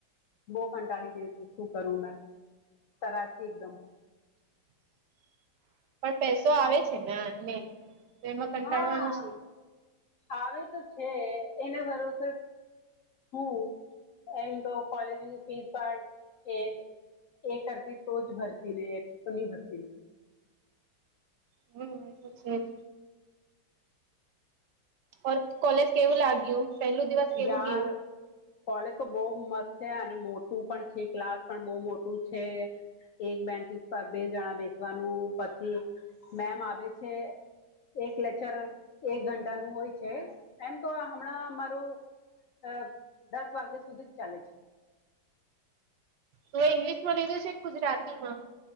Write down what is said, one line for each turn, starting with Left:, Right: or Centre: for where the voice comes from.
Left: બહ કંટાળી ગવી તું શું કરું મેં તરાસી એકદમ
Right: <inaudible> પણ પૈસો આવે છે ને એને તો એમાં કંટાળવાનું
Left: હા
Right: છે
Left: આવે તો છે એને ભરોસો હમ એમ તો કોલેજ ન ફીસ પણ એ એ કરતી તો જ ભરતી ને એક તો નહી ભરતી ને.
Right: હમ્મ, એ તો છે જ. ઓર કોલેજ કેવું લાગ્યું પેલું દિવસ કેવું
Left: યાર
Right: ગયું?
Left: કોલેજ તો બહુ મસ્ત છે અને મોટું પણ છે ક્લાસ પણ બવ મોટું છે. એક બેન્ચિસ પર બે જણા બેસવાનું પછી મેમ આવે છે એક લેક્ચર એક ઘંટા નું હોય છે એમ તો હમણાં મારું અ દસ વાગ્યા સુધી જ ચાલે છે.
Right: તું ઇંગ્લિશ માં લીધું છે ક ગુજરાતી માં?